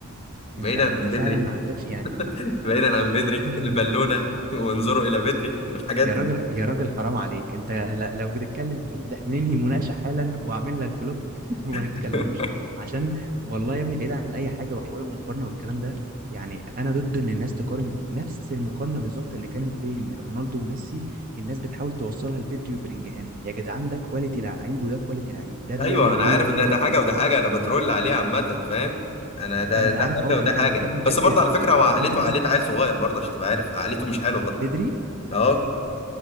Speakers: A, on the left; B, on the right.
A: بعيدا
B: انت انت
A: عن
B: فعلا
A: بدري
B: ما عندكش يعني
A: <laughs> بعيدا عن بدري
B: <laughs>
A: البالونه <laughs> وانظروا الى بدري والحاجات
B: يا
A: دي
B: راجل يا راجل حرام عليك انت ل- لو بتتكلم كده ده احنا ننهي مناقشه حالا واعمل لك بلوك <laughs> وما نتكلمش
A: <laughs>
B: عشان والله يا ابني بعيد عن اي حاجه وحوار المقارنه والكلام ده يعني انا ضد ان الناس تقارن نفس المقارنه بالظبط اللي كانت بين رونالدو وميسي الناس بتحاول توصلها لبيدري وبلينجهام يا جدعان ده كواليتي لعيب وده كواليتي لعيب ده بيعمل
A: ايوه انا
B: دور
A: عارف
B: غير
A: ان ده,
B: ده
A: ده
B: اللي
A: حاجه
B: بيعمل
A: وده حاجه انا بترول عليه عامه فاهم انا ده
B: فانت
A: ده
B: عارف
A: حاجه
B: اه
A: وده
B: لا
A: حاجه
B: انا بتكلم
A: بس
B: بجد
A: برضه
B: يعني
A: على فكره هو عقليته
B: انت مثلا
A: عقليه عيل صغير برضه عشان تبقى عارف عقليته مش حلوه برضه
B: بيدري
A: اه